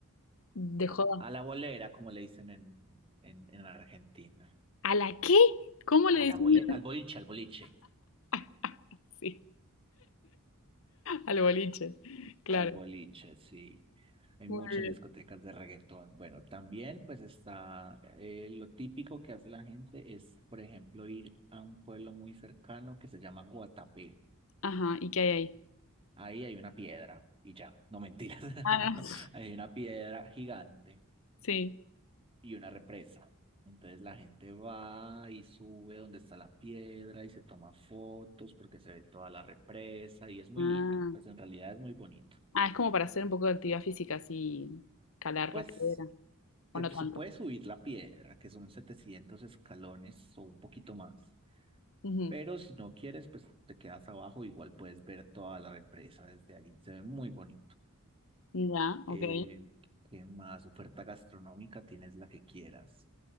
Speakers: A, on the left (about 65°); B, on the right (about 25°).
A: De
B: a,
A: joda.
B: a la bolera, como le dicen en, en, en Argentina.
A: ¿A la qué? ¿Cómo le
B: A
A: decimos?
B: la bole, al boliche, al boliche.
A: <laughs> Sí, al boliche. Claro.
B: al boliche, sí. Hay
A: Muy
B: muchas
A: bien.
B: discotecas de reggaetón. Bueno, también pues está eh, lo típico que hace la gente es, por ejemplo, ir a un pueblo muy cercano que se llama Guatapé.
A: Ajá, ¿y qué hay ahí?
B: Ahí hay una piedra y ya, no mentiras, <laughs>
A: Ah,
B: hay una piedra gigante
A: sí.
B: y una represa. Entonces la gente va y sube donde está la piedra y se toma fotos porque se ve toda la represa y es muy
A: Ah.
B: lindo, pues en realidad es muy bonito.
A: Ah, es como para hacer un poco de actividad física, así, calar
B: Pues
A: la piedra, o
B: te-
A: no tanto.
B: se puede subir la piedra, que son 700 escalones o un poquito más.
A: Ujú.
B: Pero si no quieres, pues te quedas abajo, igual puedes ver toda la represa desde ahí. Se ve muy bonito.
A: Ya, ok.
B: Eh, ¿qué más? Oferta gastronómica, tienes la que quieras.